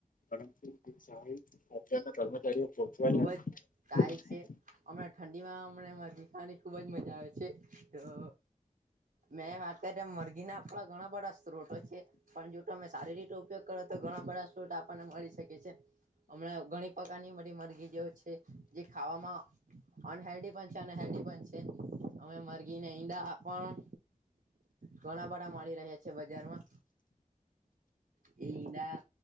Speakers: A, on the left; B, on the right.
A: પરંતુ સહાય અત્યારના કર્મચારી પોહોચવા
B: ખુબ
A: નથી
B: જ સારી છે. હમણાં ઠંડીમાં હમણાં મરઘી ખાવાની ખુબ જ મજા આવે છે તો મેં માતાટ મોર્ગ ગીના આપડા ઘણા બધા સ્ત્રોતો છે પણ જો તમે સારી રીતે ઉપયોગ કરો તો ઘણા બધા સ્ત્રોત આપણને મળી છે છે હમણાં ઘણી પ્રકાર ની મળી મરઘી જે છે જે ખાવામાં અનહેલ્ધ પણ છે અને હેલ્ધ પણ છે અમે મરગીને ઈંડા પણ ઘણા બધા મળી રહ્યા છે બજારમાં એ ઈંડા